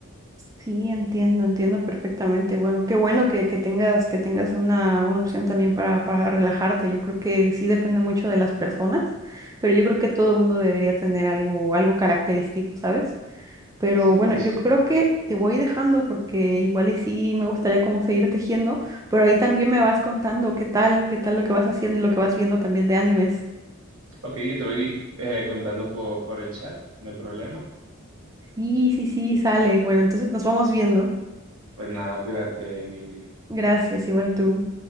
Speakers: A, on the right; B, on the right.
A: Sí, entiendo, entiendo perfectamente. Bueno, qué bueno que, que tengas, que tengas una, una opción también para, para relajarte. Yo creo que sí depende mucho de las personas, pero yo creo que todo el mundo debería tener algo, algo característico, ¿sabes? Pero
B: Sí,
A: bueno,
B: sí.
A: yo creo que te voy dejando porque igual y sí me gustaría como seguir tejiendo, pero ahí también me vas contando qué tal, qué tal lo que vas haciendo y lo que vas viendo también de animes.
B: Ok, yo te voy eh, contando por, por el chat, no hay problema.
A: Sí, sí, sí, sale. Bueno, entonces nos vamos viendo.
B: Pues nada, cuídate, Mili.
A: Gracias, igual tú.